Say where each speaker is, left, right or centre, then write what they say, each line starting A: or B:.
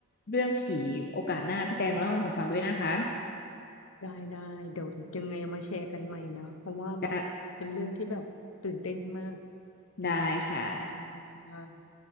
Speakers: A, on the left (about 45°); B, on the left (about 80°).
A: เรื่องผีโอกาสหน้าพี่แต่มาเล่าให้หนูฟังด้วยนะคะ
B: ได้ได้ เดี๋ยวยังไงเอามาแชร์กันใหม่นะเพราะว่าแบบเป็นเรื่องที่แบบตื่นเต้นมาก
A: ได้ได้ค่ะ
B: ได้ค่ะ